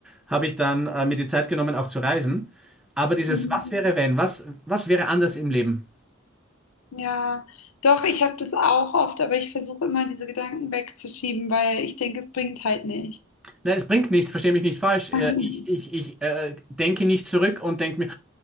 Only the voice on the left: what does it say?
mhm,
ja, doch, ich habe das auch oft, aber ich versuche immer, diese Gedanken wegzuschieben, weil ich denke, es bringt halt nichts.
<laughs>